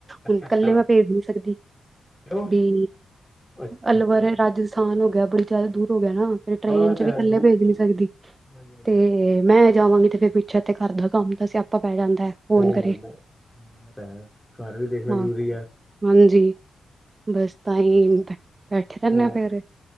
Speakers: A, on the right; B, in the centre.
A: ਹੁਣ
B: ਅੱਛਾ,
A: ਕੱਲੇ ਮੈਂ ਭੇਜ ਨੀ ਸਕਦੀ
B: ਕਿਉਂ,
A: ਵੀ
B: ਅੱਛਾ-ਅੱਛਾ,
A: ਅਲਵਰ ਰਾਜਸ ਆਸਾਨ ਹੋ ਗਿਆ ਬੜੀ ਜ਼ਿਆਦਾ ਦੂਰ ਹੋ ਗਿਆ ਨਾ ਫਿਰ ਟ੍ਰਰੇਨ
B: ਹਾਂ ਐ
A: ਚ
B: ਤਾਂ
A: ਵੀ ਇਕੱਲੇ
B: ਹੈ ਦੂ-ਦੂ
A: ਭੇਜ ਨਹੀਂ ਸਕਦੀ।
B: ਹਾਂਜੀ-ਹਾਂਜੀ-ਹਾਂਜੀ,
A: ਤੇ ਮੈਂ ਜਾਵਾਂਗੀ ਤੇ ਫਿਰ ਪਿੱਛੇ ਤੇ ਘਰ ਦਾ ਕੰਮ ਦਾ ਸਿਆਪਾ ਪੈ ਜਾਂਦਾ ਹੈ। ਕੌਣ
B: ਸਹੀ
A: ਕਰੇ
B: ਗੱਲਦਾ ਹੈ ਹਾਂ ਤੇ ਹੈ ਘਰ ਵੀ ਦੇਖਣਾ
A: ਹਾਂ
B: ਜ਼ਰੂਰੀ ਆ
A: ਹਾਂਜੀ ਬਸ ਤਾਂ ਹੀ ਬੈਠੇ ਰਹਿੰਦੇ
B: ਹੂੰ।
A: ਫਿਰ